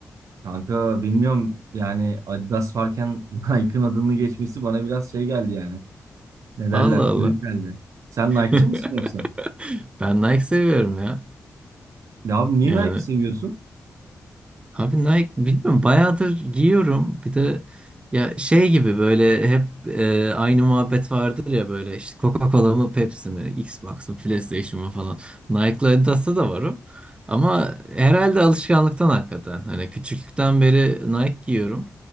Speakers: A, on the right; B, on the right.
A: Kanka bilmiyorum yani Adidas varken <laughs> Nike'ın adını geçmesi bana biraz şey geldi yani. Ne derler?
B: Allah
A: Garip
B: Allah.
A: geldi. Sen Nike'çı
B: <laughs>
A: mısın yoksa?
B: Ben Nike seviyorum ya.
A: Ya abi niye
B: Yani
A: Nike seviyorsun?
B: Abi Nike bilmiyorum bayağıdır giyiyorum. Bir de ya şey gibi böyle hep e, aynı muhabbet vardır ya böyle işte Coca-Cola mı Pepsi mi Xbox mı PlayStation mı falan. Nike'la Adidas'ta da var o. Ama herhalde alışkanlıktan hakikaten. Hani küçüklükten beri Nike giyiyorum.